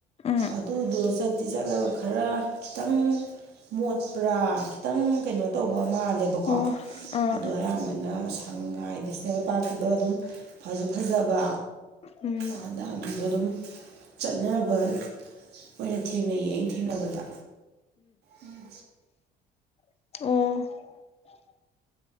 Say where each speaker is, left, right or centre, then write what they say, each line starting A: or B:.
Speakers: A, on the left; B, on the right.
A: ꯎꯝ
B: ꯑꯗꯨꯗꯣ ꯆꯠꯇꯤ ꯆꯠꯂꯒ ꯈꯔ ꯈꯤꯇꯪ ꯃꯣꯠꯄ꯭ꯔꯥ ꯈꯤꯇꯪ ꯀꯩꯅꯣ ꯇꯧꯕ ꯍꯣ ꯃꯥꯜꯂꯦꯕꯀꯣ
A: ꯑꯣ ꯑꯥ
B: ꯑꯗꯣ ꯑꯌꯥꯝꯕ ꯑꯗ ꯁꯉꯥꯏ ꯅꯦꯁꯅꯦꯜ ꯄꯥꯔꯛꯀꯤꯗꯣ ꯑꯗꯨꯝ ꯐꯖꯨ ꯐꯖꯕ
A: ꯎꯝ
B: ꯑꯥꯗ ꯑꯗꯨꯗꯣ ꯑꯗꯨꯝ ꯆꯠꯅꯕ ꯑꯣꯏꯅ ꯊꯦꯡꯅꯩꯌꯦ ꯑꯩꯅ ꯊꯦꯡꯅꯕꯗ ꯎꯝ
A: ꯑꯣ